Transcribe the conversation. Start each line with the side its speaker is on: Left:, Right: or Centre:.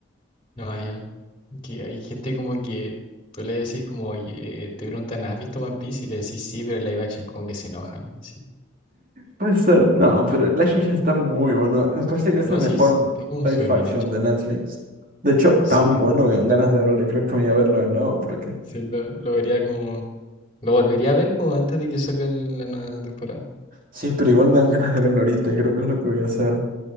Left: No, ah, ya. Que hay gente como que tú le decís como, oye, te preguntan, ¿has visto One Piece? Y le decís sí, pero el live action como que se enojan. así.
Right: Puede ser. No, pero Life Action está muy bueno. Me parece que es
Left: No,
Right: el mejor
Left: sí, <laughs> sí, está como
Right: live
Left: súper
Right: action
Left: bien hecho.
Right: de Netflix. De hecho,
Left: Sí.
Right: tan bueno que dan ganas de verlo y creo que me voy a verlo de nuevo porque...
Left: Sí, lo, lo vería como. Lo volvería a ver como antes de que salga la nueva temporada.
Right: Sí, pero igual me dan ganas de verlo ahorita y creo que es lo que voy a hacer.